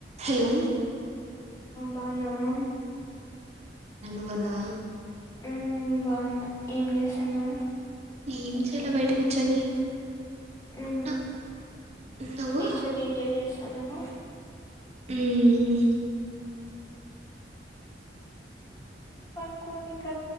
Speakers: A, on the right; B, on the left.
A: హలో
B: బాగున్నావా
A: అవునా
B: హ్మ్మ్ బాగున్నా ఏం చేస్తున్నావ్
A: ఎమి చేయాలా బయట కూర్చొని
B: ఉ
A: న నువ్వు
B: నేచర్ ని ఎంజాయ్ చేస్తాన్నావ
A: మ్మ్
B: పనుకొని